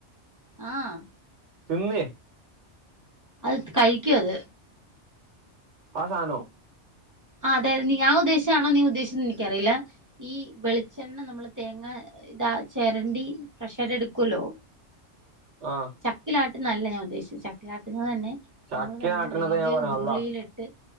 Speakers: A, on the right; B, on the right.
A: ആഹ്
B: തിന്നേ
A: അത് കഴിക്കു അത്
B: ആഹ് സാനോ
A: ആഹ് അതെ ഞാൻ ഉദ്ദേശിച്ചാണോ നീ ഉദ്ദേശിച്ചത് എനിക്കറിയില്ല ഈ വെളിച്ചെണ്ണ നമ്മള് തേങ്ങ ഇതാ ചേരണ്ടി പ്രഷർ എടുക്കല്ലോ
B: ആഹ്
A: ചക്കിലാട്ട് നല്ല ഞാൻ ഉദ്ദേശിച്ചെ ചക്കിലാട്ടിന്ന് തന്നെ
B: ചക്ക
A: നമ്മള് തന്നെ
B: ആട്ടണതാ
A: വെല്യേ
B: ഞാൻ പറഞ്ഞ
A: ഉരുളിലിട്ട്
B: അള്ളാ